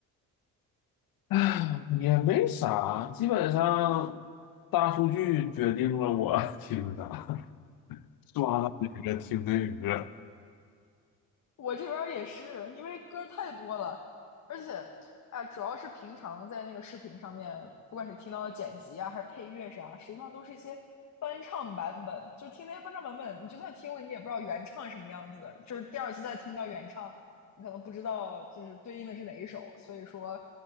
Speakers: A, on the left (about 65°); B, on the left (about 45°).
A: 啊，也没啥，基本上大数据决定了我 <laughs> 听啥，刷到哪个听哪个，
B: 我这边儿也是，因为歌太多了，而且，哎，主要是平常在那个视频上面，不管是听到的剪辑啊，还是配乐啥，实际上都是一些翻唱版本。就听那些翻唱版本，你就算听了，你也不知道原唱什么样子的就是第二次再听到原唱，你可能不知道就是对应的是哪一首。所以说，